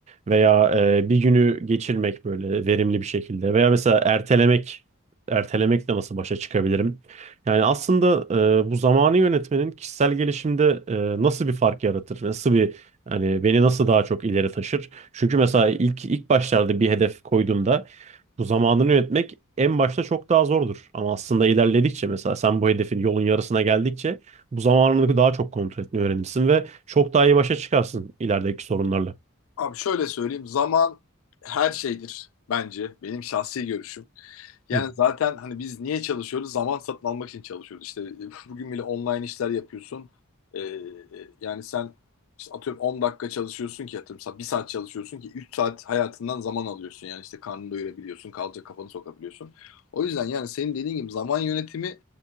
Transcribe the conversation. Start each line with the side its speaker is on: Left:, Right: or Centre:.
Right: Veya e, bir günü geçirmek böyle verimli bir şekilde. Veya mesela ertelemek. Ertelemekle nasıl başa çıkabilirim? Yani aslında e, bu zamanı yönetmenin kişisel gelişimde e, nasıl bir fark yaratır? Nasıl bir hani beni nasıl daha çok ileri taşır? Çünkü mesela ilk ilk başlarda bir hedef koyduğumda bu zamanını yönetmek en başta çok daha zordur. Ama aslında ilerledikçe mesela sen bu hedefin yolun yarısına geldikçe bu zamanını daha çok kontrol etmeyi öğrenirsin ve çok daha iyi başa çıkarsın ilerideki sorunlarla.
Left: Abi şöyle söyleyeyim zaman her şeydir bence benim şahsi görüşüm. Yani
Right: Hı
Left: zaten hani biz niye çalışıyoruz? Zaman satın almak için çalışıyoruz. İşte <laughs> bugün bile online işler yapıyorsun. Ee, e, yani sen işte atıyorum 10 dakika çalışıyorsun ki atıyorum sa- bir saat çalışıyorsun ki 3 saat hayatından zaman alıyorsun. Yani işte karnını doyurabiliyorsun, kalacak kafanı sokabiliyorsun. O yüzden yani senin dediğin gibi zaman yönetimi